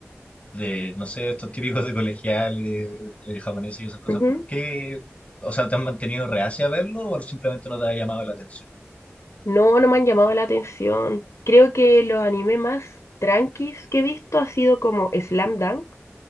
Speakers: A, on the left; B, on the left.
A: de, no sé, estos típicos de colegiales, eh, japoneses y esas cosas,
B: Ujú.
A: ¿por qué? O sea, ¿te han mantenido reacia a verlo o simplemente no te ha llamado la atención?
B: No, no me han llamado la atención. Creo que los animes más tranquis que he visto ha sido como Slam Dunk